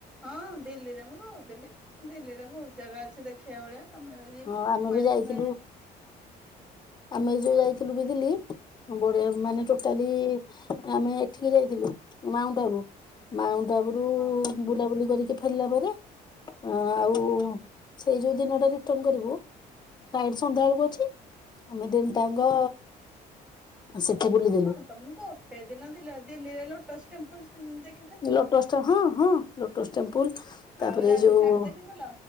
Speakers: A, in the centre; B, on the left.
A: ହଁ ଦିଲ୍ଲୀରେ ମୁଁ ରହୁଥିଲି, ଦିଲ୍ଲୀରେ ବହୁତ ଜାଗା ଅଛି ଦେଖିବା ଭଳିଆ। ତମେ ଯଦି
B: ହଁ ଆମେ
A: କହିଲି
B: ବି ଯାଇଥିଲୁ
A: ତମେ
B: ଆମେ ଯୋଉ ଯାଇଥିଲୁ ବି ଦିଲ୍ଲୀ ବଢ଼ିଆ ମାନେ
A: ହଁ
B: ଟୋଟା ଲି ଆମେ ଏଠିକି ଯାଇଥିଲୁ ମାଉଣ୍ଟ ବାବୁ ମାଉଣ୍ଟ ବାବୁରୁ
A: ହଁ
B: ବୁଲାବୁଲି କରିକି ଫେରିଲା ପରେ। ଆଉ ସେଇ ଯୋଉ ଦିନଟା ରିଟର୍ଣ କରିବୁ ଫ୍ଲାଇଟ ସନ୍ଧ୍ୟା ବେଳକୁ ଅଛି ଆମେ ଦିନିଟାଙ୍କ ସେଠି ବୁଲିବୁ।
A: ହଁ ତମକୁୁ ଗୋଟେ ଦିନ ଥିଲ ଦିଲ୍ଲିରେ ଲୋଟଷ୍ଟ ଟେମ୍ପଲ ସ୍ ଦେଖ
B: ଲୋଟସ୍ ଟା ହଁ ହଁ ଲୋଟସ୍ ଟେମ୍ପଲ ତାପରେ
A: ଆଉ ରାଜଘାଟ
B: ଏଇ ଯୋଉ
A: ଦେଖିଥିଲ?